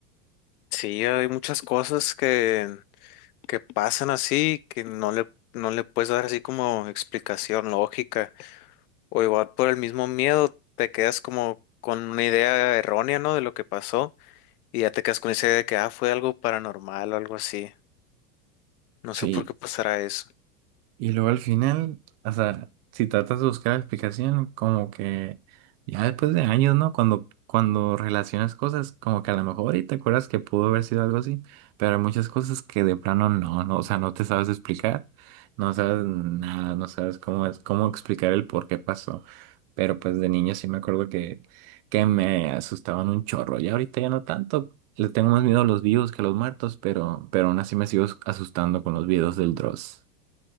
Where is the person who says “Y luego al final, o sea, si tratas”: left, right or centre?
Right